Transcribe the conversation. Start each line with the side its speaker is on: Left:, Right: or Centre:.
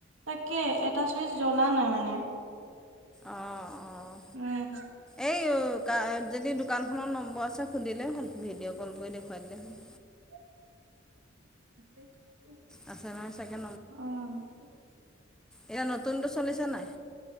Right: তাকেই, এটা চুইচ জ্বলা নাই মানে।
Centre: অঁ অঁ
Right: উম
Centre: এই যদি দোকানখনৰ নম্বৰ আছে সুধিলে হ'ল, ভিডিঅ' কল কৰি দেখুৱাই দিলে হ'ল।
Right: <inaudible> <unintelligible>
Centre: আছে নহয় চাগে
Right: অ'।
Centre: এইয়া নতুনটো চলিছে নে নাই?